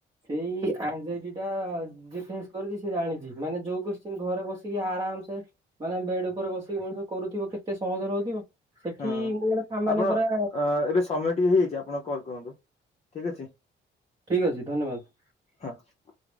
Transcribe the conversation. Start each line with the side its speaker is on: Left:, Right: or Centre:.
Right: ସେଇ ଆନଯାଇଟିଟା ଯିଏ ସିଚୋସନ୍ କରିଛି ସେ ଜାଣିଛି ମାନେ ଯୋଉ କୋଶ୍ଚିନ ଘରେ ବସିକି ଆରାମ ସେ ମାନେ ବେଡ ଉପରେ ବସିକି ମଣିଷ କରୁଥିବ କେତେ ସହଜରେ ହଉଥିବ। ସେଠି
Left: ହଁ।
Right: ମୁଁ ଗୋଟେ ସାମାନ୍ୟ
Left: ଆପଣ
Right: ପରା
Left: ଅ ଏବେ ସମିଟ ଟିକେ ହେଇଯାଇଛି ଆପଣ କଲ୍ କରନ୍ତୁ ଠିକ୍ ଅଛି।
Right: ଠିକ୍ ଅଛି ଧନ୍ୟବାଦ।
Left: ହଁ।